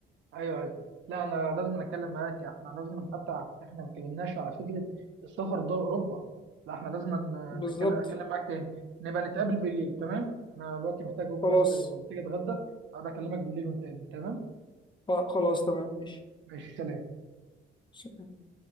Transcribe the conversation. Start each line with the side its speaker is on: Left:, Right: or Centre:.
Right: أيوه أيوه لا أنا لازم أتكلم معاك إحنا لازم حتى إحنا ما اتكلمناش على فكرة السفر دول أوروبا لا إحنا لازم ن-
Left: بالظبط
Right: نتكلم أتكلم معاك تاني نبقى نتقابل بالليل تمام أنا دلوقتي محتاج أقوم
Left: خلاص
Right: بس آه، محتاج أتغدى أبقى أكلمك بالليل ونتقابل تمام
Left: آه، خلاص تمام
Right: ماشي سلام
Left: ماشي